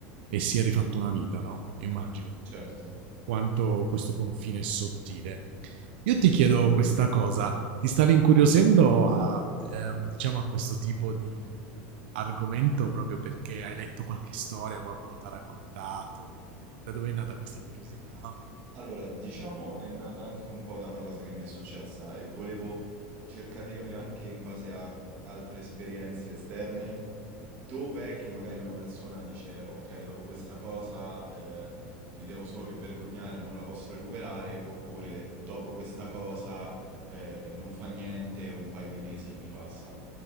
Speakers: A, on the right; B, on the right.
A: e si è rifatto una vita, no? Immagino
B: Certo.
A: quanto questo confine è sottile. Io ti chiedo questa cosa, ti stavi incuriosendo a, ehm, diciamo, a questo tipo di argomento proprio perché hai letto qualche storia, qualcuno ti ha raccontato? Da dove è nata questa curiosità?
B: Allora, diciamo è nata anche un po' da una cosa che mi è successa e volevo cercare di capire anche in base a altre esperienze esterne dov'è che magari una persona dice ok, dopo questa cosa eh, mi devo solo che vergognare, non la posso recuperare, oppure dopo questa cosa eh, non fa niente un paio di mesi e mi passa.